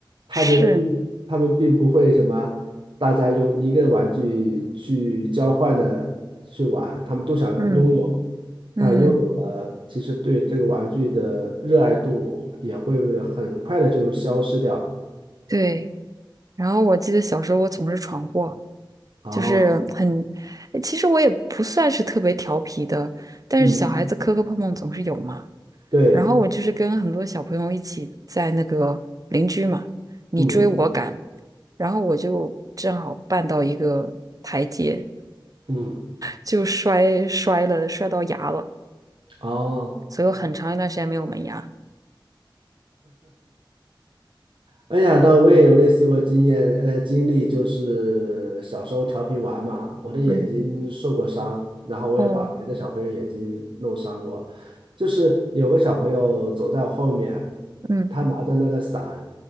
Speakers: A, on the right; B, on the right.
A: 他们并他们并不会什么，
B: 是，
A: 大家用一个玩具去交换的去玩，他们都想拥有，
B: 嗯嗯，
A: 但拥有了，其实对这个玩具的热爱度也会很快的就消失掉。
B: 对。然后我记得小时候我总是闯祸，
A: 哦，
B: 就是很，其实我也不算是特别调皮的，但是小孩子磕磕碰碰总是有嘛。
A: 嗯。对，
B: 然后我就是跟很多小朋友一起在那个邻居嘛，你追我赶，
A: 嗯
B: 然后我就正好绊到一个阶，
A: 嗯，
B: 就摔摔了，摔到牙了，
A: 哦，
B: 所以我很长一段时间没有门牙。
A: 哎呀，那我也有类似过经验，呃，经历就是小时候调皮玩嘛，我的眼睛受过伤，
B: 嗯，
A: 然后我也把别的小朋友眼睛弄伤过，
B: 哦，
A: 就是有个小朋友走在我后面，
B: 嗯，
A: 他拿着那个伞，